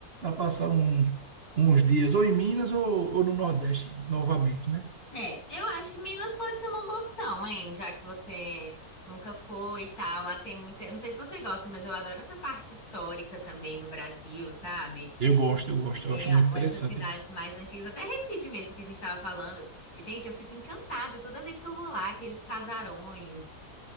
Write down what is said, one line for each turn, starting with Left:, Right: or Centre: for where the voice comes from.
Right: passar um- uns dias, ou em Minas, ou, ou no Nordeste novamente, né?
Left: É, eu acho que Minas pode ser uma boa opção, hein? Já que você nunca foi e tal. Lá tem muita. eu Não sei se você gosta, mas eu adoro essa parte histórica também do Brasil, sabe?
Right: Eu gosto, eu gosto,
Left: É,
Right: eu acho muito interessante.
Left: essas cidades mais antigas, até Recife mesmo, que a gente tava falando. Gente, eu fico encantada toda vez que eu vou lá, aqueles casarões.